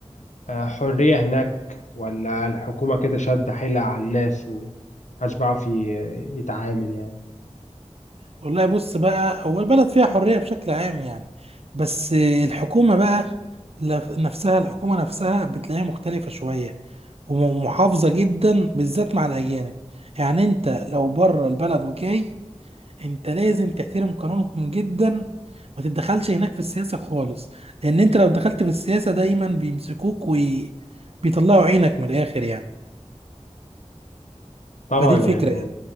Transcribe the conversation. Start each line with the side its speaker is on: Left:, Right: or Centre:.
Left: آه، حرية هناك ولا الحكومة كده شادة حيلها على الناس ومحدش بيعرف ي- يتعامل يعني
Right: والله بص بقى هو البلد فيها حرية بشكل عام يعني بس الحكومة بقى لف- نفسها الحكومة نفسها بتلاقيها مختلفة شوية وم- ومحافظة جدا بالذات مع الأجانب يعني أنت لو بره البلد وجاي أنت لازم تحترم قانونهم جدا ما تتدخلش هناك في السياسة خالص لأن أنت لو دخلت في السياسة دايما بيمسكوك وبيطلعوا عينك من الآخر يعني
Left: طبعا
Right: فدي الفكرة
Left: يعني
Right: يعني